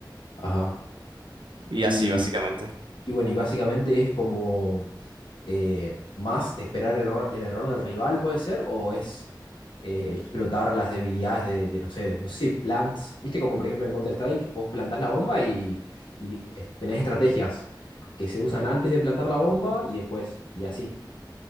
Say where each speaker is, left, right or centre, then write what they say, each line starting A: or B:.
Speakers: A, on the left; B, on the right.
A: ajá,
B: y
A: Y,
B: así básicamente.
A: y bueno, y básicamente es como eh, más esperar el, error- el error del rival, puede ser, o es eh, explotar las debilidades de, de, no sé, no sé si hay plants, viste como por ejemplo en Counter-Strike, vos plantás la bomba y, y es- tenés estrategias que se usan antes de plantar la bomba y después, y así.